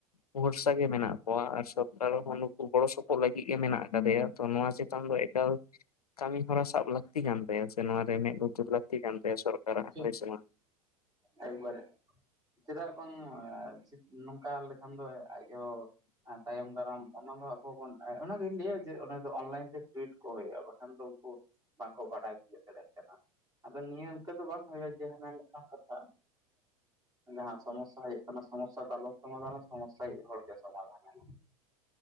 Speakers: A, on the left; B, on the right.
A: ᱵᱷᱚᱨᱥᱟ ᱜᱮ ᱢᱮᱱᱟᱜ ᱠᱚᱣᱟ ᱟᱨ ᱥᱚᱨᱠᱟᱨ ᱦᱚᱸ ᱱᱩᱠᱩ ᱜᱚᱲᱚ ᱥᱚᱯᱚᱦᱚᱫ ᱞᱟᱹᱜᱤᱫ ᱜᱮ ᱢᱮᱱᱟᱜ ᱟᱠᱟᱫᱮᱭᱟ ᱛᱚ ᱱᱚᱶᱟ ᱪᱮᱛᱟᱱ ᱫᱚ ᱮᱠᱟᱞ ᱠᱟᱹᱢᱤ ᱦᱚᱨᱟ ᱥᱟᱵ ᱞᱟᱹᱠᱛᱤ ᱠᱟᱱ ᱛᱟᱭᱟ ᱥᱮ ᱱᱚᱣᱟ ᱨᱮ ᱢᱮᱫ ᱞᱩᱛᱩᱨ ᱞᱟᱹᱠᱛᱤ ᱠᱟᱱᱛᱟᱭᱟ ᱥᱚᱨᱠᱟᱨᱟᱜ
B: ᱴᱷᱤᱠ
A: ᱦᱚᱭ ᱥᱮ ᱢᱟ
B: ᱮᱠᱵᱟᱨᱮ ᱪᱮᱫᱟᱜ ᱵᱟᱝ ᱢᱟ ᱱᱚᱝᱠᱟ ᱞᱮᱠᱷᱟᱱ ᱫᱚ ᱟᱡᱦᱚᱸ ᱛᱟᱭᱚᱢ ᱫᱟᱨᱟᱢ ᱚᱱᱟ ᱫᱚ ᱟᱵᱚ ᱵᱚᱱ ᱚᱱᱟᱜᱤᱧ ᱞᱟᱹᱭᱟ ᱡᱮ ᱚᱱᱟ ᱫᱚ ᱚᱱᱞᱟᱭᱤᱱ ᱛᱮ <inaudible> ᱦᱩᱭᱩᱜᱼᱟ ᱵᱟᱠᱷᱟᱱ ᱫᱚ ᱩᱱᱠᱩ ᱵᱟᱝᱠᱚ ᱵᱟᱰᱟᱭ ᱛᱤᱭᱳ ᱫᱟᱲᱮᱭᱟᱜ ᱠᱟᱱᱟ ᱟᱫᱚ ᱱᱤᱭᱟᱹ ᱚᱱᱠᱟ ᱫᱚ ᱵᱟᱝ ᱦᱩᱭᱩᱜᱼᱟ ᱡᱮ ᱦᱟᱱᱟᱝ ᱢᱤᱫᱴᱟᱝ ᱠᱟᱷᱟ ᱡᱟᱦᱟᱸ ᱥᱚᱢᱚᱥᱟ ᱦᱩᱭᱩᱜ ᱠᱟᱱᱟ ᱥᱚᱢᱚ ᱥᱟ ᱫᱚ ᱟᱞᱚᱢ ᱥᱚᱢᱟᱷᱟᱱ ᱟ ᱥᱚᱢᱚᱥᱟᱭᱤᱡ ᱦᱚᱲ ᱥᱚᱢᱟᱷᱟᱱ